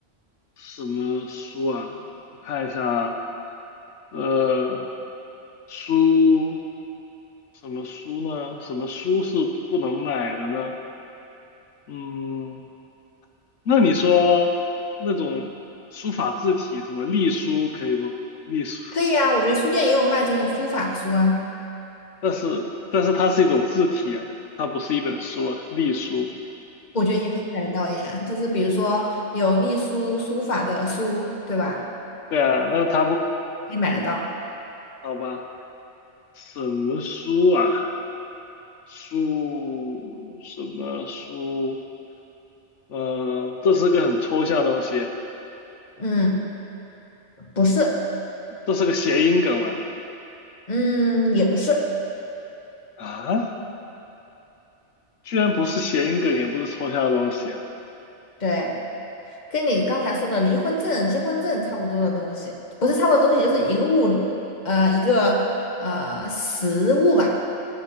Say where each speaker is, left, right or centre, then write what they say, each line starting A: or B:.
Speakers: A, on the left; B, on the left.
A: 什么书啊？我看一下，呃，书什么书呢？什么书是不能买的呢？嗯，那你说那种书法字体，什么隶书可以不？隶书，
B: 可以啊，我觉得书店也有卖这种书法的书啊，
A: 但是但是它是一种字体啊，它不是一本书啊，隶书。
B: 我觉得也可以买得到耶。就是比如说有隶书、书法的书，对吧？
A: 对啊，那它不
B: 可以买得到。
A: 好吧？什么书啊？书什么书？呃，这是个很抽象的东西，
B: 嗯，不是，
A: 这是个谐音梗吗？
B: 嗯，也不是，
A: 啊，居然不是谐音梗，也不是抽象的东西。
B: 对，跟你刚才说的离婚证、结婚证差不多的东西，不是差不多的东西，就是一个物，呃，一个呃实物吧，